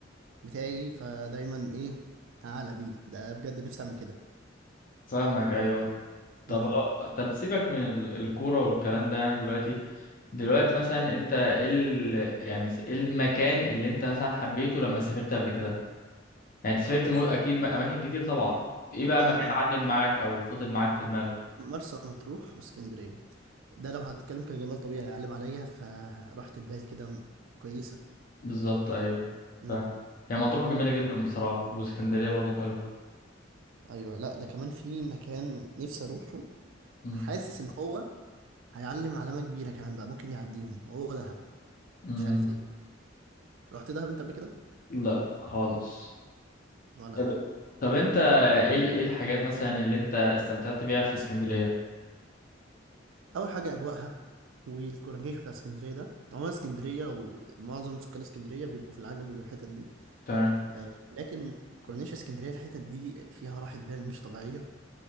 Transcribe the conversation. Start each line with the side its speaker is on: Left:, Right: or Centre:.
Right: بتاعي فدايما ايه هعلى بيه ده بجد نفسي اعمل كده
Left: فاهمك ايوه طب
Right: امم.
Left: هو- طب سيبك من ال- الكورة والكلام ده يعني دلوقتي دلوقتي مثلا انت ايه ال... يعني س- ايه المكان اللي انت مثلا حبيته لما سافرت قبل كده يعني انت سافرت مو... اكيد م- اماكن كتير طبعا ايه بقى
Right: اه
Left: مكان
Right: اه
Left: علم معاك او فضل معاك في دماغك
Right: مرسى مطروح واسكندرية ده لو هنتكلم كجمال طبيعي يعلم عليا فرحت البيت كده كويسة
Left: بالظبط ايوه
Right: مم.
Left: ف... هي مطروح جميلة جدا بصراحة واسكندرية برضو حلوة
Right: ايوه لا ده كمان في مكان نفسي اروحه
Left: مم.
Right: حاسس ان هو هيعلم علامه كبيره كمان بقى ممكن يعديهم وهو دهب
Left: مم.
Right: مش عارف ليه رحت دهب انت قبل كده
Left: لا خالص
Right: ولا
Left: طب
Right: انا
Left: طب انت ايه ال- ايه الحاجات مثلا اللي انت استمتعت بيها في اسكندرية
Right: اول حاجه اجواءها والكورنيش بتاع اسكندريه ده عموما اسكندريه ومعظم سكان اسكندريه بيبقوا في العجمي والحتت دي
Left: تمام
Right: آه، لكن كورنيش اسكندريه الحتت دي فيها راحه بال مش طبيعيه